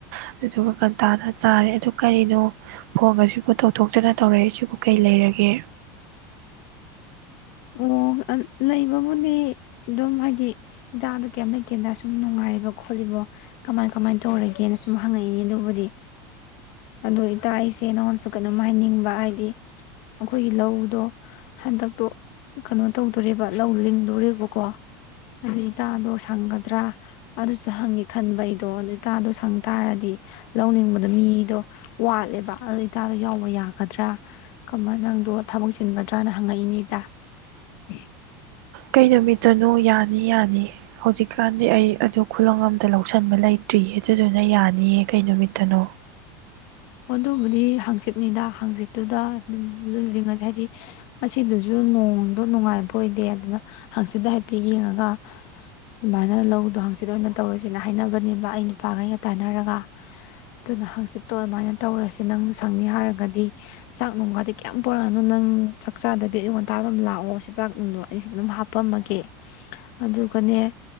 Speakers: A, on the right; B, on the left.
A: ꯑꯗꯨꯗꯨꯒ ꯟꯇꯥꯥꯅ ꯇꯥꯔꯦ ꯑꯗꯨ ꯀꯔꯤꯅꯣ ꯐꯣꯡ ꯑꯁꯤꯕꯨ ꯇꯧꯊꯣꯛꯇꯅ ꯇꯧꯔꯛꯏꯁꯤꯕꯨ ꯀꯩ ꯂꯩꯔꯒꯦ
B: ꯎꯝ ꯑꯣ ꯂꯩꯕꯕꯨꯅꯦ ꯑꯗꯨꯝ ꯍꯥꯏꯗꯤ ꯏꯇꯥꯗꯣ ꯀꯩꯝ ꯂꯩꯇꯦꯗ ꯁꯨꯝ ꯅꯨꯡꯉꯥꯏꯔꯤꯕ ꯈꯣꯠꯂꯤꯕꯣ ꯀꯃꯥꯏ ꯀꯃꯥꯏꯅ ꯇꯧꯔꯒꯦꯅ ꯁꯨꯝ ꯍꯪꯉꯛꯏꯅꯦ ꯑꯗꯨꯕꯨꯗꯤ ꯑꯗꯣ ꯏꯇꯥ ꯑꯩꯁꯦ ꯅꯪꯉꯣꯟꯁꯨ ꯀꯩꯅꯣꯝ ꯍꯥꯏꯅꯤꯡꯕ ꯍꯥꯏꯗꯤ ꯑꯩꯈꯣꯏꯒꯤ ꯂꯧꯗꯣ ꯍꯟꯗꯛꯇꯣ ꯀꯩꯅꯣ ꯇꯧꯗꯣꯔꯤꯕ ꯂꯧ ꯂꯤꯡꯗꯣꯔꯤꯕꯀꯣ ꯑꯗꯨ ꯏꯇꯥꯗꯣ ꯁꯪꯒꯗ꯭ꯔꯥ ꯑꯗꯨꯁꯨ ꯍꯪꯉꯦ ꯈꯟꯕꯩꯗꯣ ꯑꯗꯨ ꯏꯇꯥꯗꯣ ꯁꯪ ꯇꯥꯔꯗꯤ ꯂꯧꯅꯤꯡꯕꯗꯣ ꯃꯤꯗꯣ ꯋꯥꯠꯂꯦꯕ ꯑꯗꯨꯣ ꯏꯇꯥꯗꯣ ꯌꯥꯎꯕ ꯌꯥꯒꯗ꯭ꯔꯥ ꯀꯃꯥꯏꯅ ꯅꯪꯗꯣ ꯊꯕꯛ ꯆ ꯍꯪꯒꯗ꯭ꯔꯅ ꯍꯪꯉꯛꯏꯅꯦꯗ ꯎꯝ
A: ꯀꯩ ꯅꯨꯃꯤꯠꯇꯅꯣ ꯌꯥꯅꯤ ꯌꯥꯅꯤ ꯍꯧꯖꯤꯛꯀꯥꯟꯗꯤ ꯑꯩ ꯑꯗꯨ ꯈꯨꯂꯪ ꯑꯝꯗ ꯂꯧꯁꯟꯕ ꯂꯩꯇ꯭ꯔꯤꯌꯦ ꯑꯗꯨꯗꯨꯅ ꯌꯥꯅꯤꯌꯦ ꯀꯩ ꯅꯨꯃꯤꯠꯇꯅꯣ
B: ꯑꯗꯨꯕꯨꯗꯤ ꯍꯥꯡꯆꯤꯠꯅꯤꯗ ꯍꯥꯡꯆꯤꯠꯇꯨꯗ ꯑꯗꯨꯝ ꯂꯨꯜꯂꯤꯉꯩꯁ ꯍꯥꯏꯗꯤ ꯃꯁꯤꯗꯨꯁꯨ ꯅꯣꯡꯗꯣ ꯅꯨꯡꯉꯥꯏꯕ ꯑꯣꯏꯗꯦ ꯑꯗꯨꯅ ꯍꯥꯡꯆꯤꯠꯇ ꯍꯥꯏꯐꯦꯠ ꯌꯦꯡꯉꯒ ꯑꯗꯨꯃꯥꯏ ꯑꯗꯨꯅ ꯂꯧꯗꯣ ꯍꯪꯆꯤꯠ ꯑꯣꯏꯅ ꯇꯧꯔꯁꯤꯅ ꯍꯥꯏꯅꯕꯅꯦꯕ ꯑꯩ ꯅꯨꯄꯥꯈꯩꯒ ꯇꯥꯟꯅꯔꯒ ꯑꯗꯨꯅ ꯍꯪꯆꯤꯠ ꯇꯧꯃꯥ ꯇꯧꯔꯁꯦ ꯅꯪꯅ ꯁꯪꯅꯤ ꯍꯥꯏꯔꯒꯗꯤ ꯍꯥꯏꯗꯤ ꯆꯥꯛ ꯅꯨꯡꯒꯗꯤ ꯀꯌꯥꯝ ꯄꯣꯔꯛꯑꯅꯣ ꯅꯪ ꯆꯥꯛ ꯆꯥꯗꯕꯤ ꯑꯌꯨ ꯉꯟꯇꯥ ꯑꯗꯨꯝ ꯂꯥꯛꯑꯣ ꯁꯤ ꯆꯥꯛ ꯅꯨꯡꯗꯣ ꯑꯩꯁ ꯑꯗꯨꯝ ꯍꯥꯞꯄꯝꯃꯒꯦ ꯑꯗꯨꯒꯅꯦ